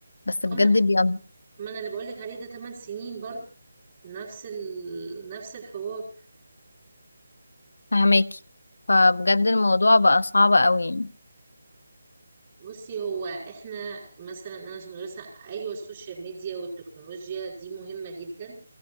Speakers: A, on the left; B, on the right.
A: بس بجد
B: آه، ما
A: بيبقى
B: ما انا اللي بقول لك عليه ده 8 سنين برضه نفس ال... نفس الحوار
A: فهماكي فبجد الموضوع بقى صعب قوي يعني
B: بصي هو احنا مثلا انا عشان مدرسه ايوه السوشيال ميديا والتكنولوجيا دي مهمه جدا